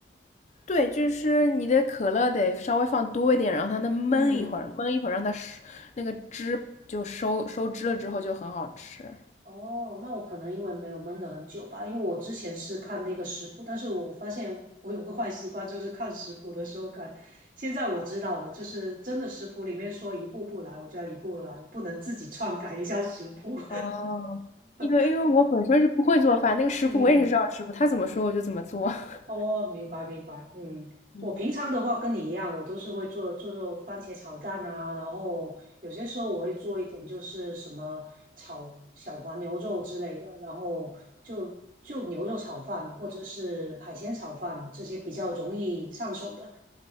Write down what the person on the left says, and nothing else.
对，就是你的可乐得稍微放多一点，然后它它焖一会儿，
焖一会儿让它收那个汁就收收汁了之后就很好吃。
哦，因为因为我本身是不会做饭，
那个师傅我也是照着师傅他怎么说我就怎么做。
<laughs>
嗯，